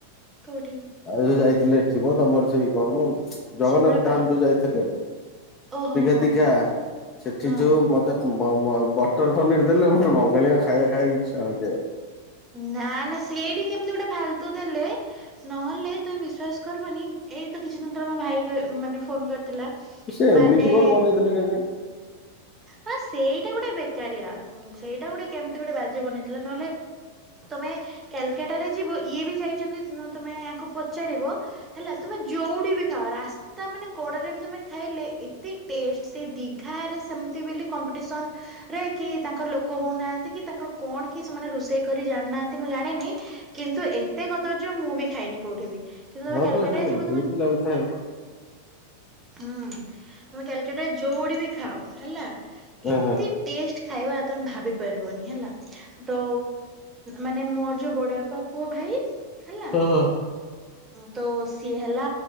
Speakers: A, on the right; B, on the left.
A: କୋଉଠି
B: ଆଉ ଯୋଉ ଯାଇଥିଲେ ଏଠି ମ ତମର ସେ କଣ କ ଜଗନ୍ନାଥ
A: ଶିମିଳିପାଳ
B: ଧାମ ଯୋଉ ଯାଇଥିଲେ।
A: ଓହୋ
B: ଦିଘା
A: ହଁ
B: ଦିଘା
A: ହଁ।
B: ସେଠି
A: ହଁ
B: ଯୋଉ ମତେ ବଟର ପନିର ଦେଲେ ମୋର ବଙ୍ଗାଳିଙ୍କ ଖାଇବା ଖାଇବା ଇଚ୍ଛା ହଉନି ଆଉ।
A: ନା ନା ସେଇଠି କେମିତି ଗୋଟେ ଫାଲତୁ ଦେଲେ ନହେଲେ ତମେ ବିଶ୍ଵାସ କରିବନି ଏଇ ତ କିଛି ଦିନ ତ ଭାଇ ମାନେ ଫୋନ କରିଥିଲା
B: ସେ ଏମିତି
A: ମାନେ
B: କଣ ବନେଇଥିଲେ କେଜାଣି
A: ହଁ ସେଇଟା ଗୋଟେ ବେକାରିଆ ସେଇଟା ଗୋଟେ କେମିତି ଗୋଟେ ବାଜ୍ୟ ବନେଇଥିଲା ନହେଲେ ତମେ କାଲକାଟ ରେ ଯିବ ଇଏ ବି ଯାଇଛନ୍ତି ତୁମେ ୟାକୁ ପଚାରିବ ହେଲା ତୁମେ ଯୋଉଠି ବି ଖାଅ ରାସ୍ତା ମାନେ ହୋଟେଲ ରେ ବି ଖାଇଲେ ଏତେ ଟେଷ୍ଟ ସେ ଦିଘାରେ ସେ ସେମତି ବୋଲି କମ୍ପିସନ ରେ କି ତାଙ୍କର ଲୋକ ହଉନାହାନ୍ତି କି ତାଙ୍କର କଣ କି ସେମାନେ ରୋଷେଇ କରି ଜାଣିନାହାନ୍ତି ମୁଁ ଜାଣିନି କିନ୍ତୁ ଏତେ କଦର୍ଯ୍ୟ ମୁଁ ବି ଖାଇନି କୋଉଠିବି। କିନ୍ତୁ ତମେ
B: ହଁ
A: କାଲକାଟ
B: ପା ସେ
A: ଯିବ
B: ଏମିତି
A: ତମେ
B: ଲାଗୁଥାଏ
A: ହୁଁ। ତମେ କ୍ୟାଲକଟ ଯୋଡିଟି ବି ଖାଅ ହେଲା
B: ହଁ
A: ଏତେ
B: ହଁ।
A: ଟେଷ୍ଟ ଖାଇବା ଆଉ ତମେ ଭାବି ପାରିବନି ହେଲା ତ ମାନେ ମୋର ଯୋଉ ବଡ଼ବାପା ପୁଅ ଭାଇ ହେଲା
B: ହଁ ହଁ
A: ତ ସିଏ ହେଲା